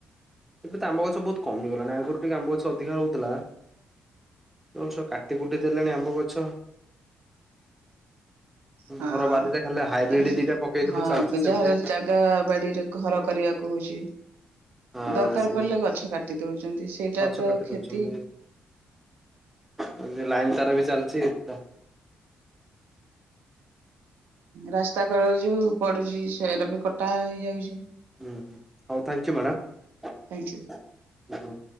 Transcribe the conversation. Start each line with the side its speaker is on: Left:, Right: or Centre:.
Centre: ଏବେ ତ ଆମ୍ବ ଗଛ ବହୁତ କମିଗଲାଣି ଆଗରୁ ଟିକେ ଆମ୍ବ ଗଛ ଅଧିକା ହଉଥିଲା ଯୋ କାଟି କୁଟି ଦେଲେଣି ଆମ୍ବ ଗଛ
Right: ହଁ
Centre: ଘର ବାରିରେ ଖାଲି ହାଇବ୍ରିଡ
Right: ଆ
Centre: ଦିଟା ପକେଇଥିଲୁ
Right: ହଁ
Centre: ଚାଲିଛି ସେମିତି
Right: ଯାହାର ଜାଗା ବାଡିରେ ଘର କରିବାକୁ ହଉଛି।
Centre: ହଁ
Right: ଦରକାର
Centre: ସେ
Right: ପଡ଼ିଲେ ଗଛ କାଟି ଦଉଛନ୍ତି। ସେଇଟା
Centre: ଗଛ
Right: ତ
Centre: କାଟି
Right: କ୍ଷତି
Centre: ଦଉଛନ୍ତି ଲାଇନ ତାର ବି ଜାଲଛିତା
Right: ରାସ୍ତା କ ଯ ପଡୁଛି ସେଟ ବି କଟା ହେଇଯାଉଛି।
Centre: ହଁ ହଁ ହଉ ଥ୍ୟାଙ୍କୟୁ ମ୍ୟାଡ଼ାମ
Right: ଥ୍ୟାଙ୍କ ୟୁ